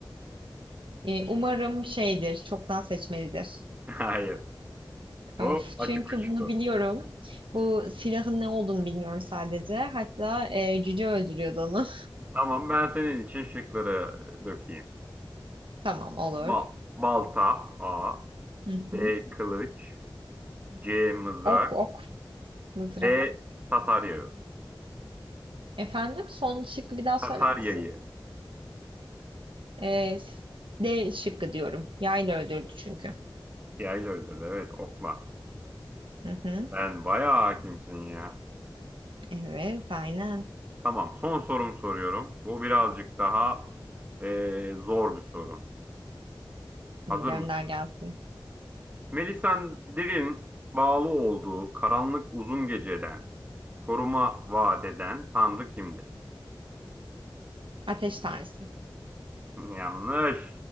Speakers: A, on the right; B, on the right.
A: E, umarım şeydir çoktan seçmelidir.
B: <laughs> Hayır. Bu
A: Of,
B: açık
A: çünkü
B: uçtu.
A: bunu biliyorum. Bu silahın ne olduğunu bilmiyorum sadece. Hatta e, cüce öldürüyordu onu.
B: Tamam ben senin için şıkları dökeyim.
A: <laughs> Tamam olur.
B: Ba- balta A.
A: Hı hı.
B: B. Kılıç C. Mızrak
A: Ok ok Mızrak.
B: D. Tatar yağı.
A: Efendim son şıkkı bir daha söyler
B: Tatar
A: misin?
B: yayı.
A: Ee, D şıkkı diyorum. Yayla öldürdü çünkü.
B: Yayla öldürdü evet okla.
A: Hı hı.
B: Sen bayağı hakimsin ya.
A: Evet aynen.
B: Tamam son sorum soruyorum. Bu birazcık daha e, zor bir soru. Hazır
A: Hı, gönder
B: mısın?
A: gelsin.
B: Melisandre'in bağlı olduğu karanlık uzun geceden koruma vaat eden tanrı kimdir?
A: Ateş tanrısı.
B: Yanlış.